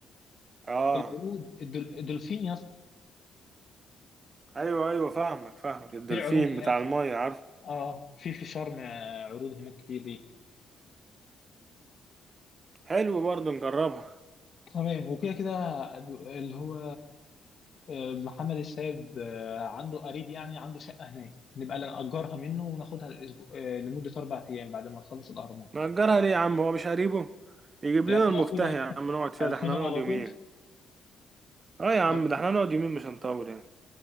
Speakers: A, on the right (about 35°); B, on the left (about 50°).
A: اه
B: العروض الدل- الدولفين يا اسطى
A: ايوه ايوه فاهمك فاهمك الدولفين
B: في عروض هناك
A: بتاع المايه عارف
B: اه في في شرم آه، عروض هناك كتير دي
A: حلو برضه نجربها
B: تمام وكده كده ب- اللي هو آه، محمد السيد آه، عنده قريب يعني عنده شقة هناك نبقى نأجرها منه وناخدها الأسبوع آه، لمدة أربع أيام بعد ما نخلص الأهرامات
A: نأجرها ليه يا عم هو مش قريبه يجيب
B: يعني
A: لنا المفتاح
B: هاخدها
A: يا عم نقعد فيها
B: هاخدها
A: ده احنا نقعد
B: على
A: يومين
B: طول
A: اه يا عم
B: آه.
A: ده احنا نقعد يومين مش هنطول يعني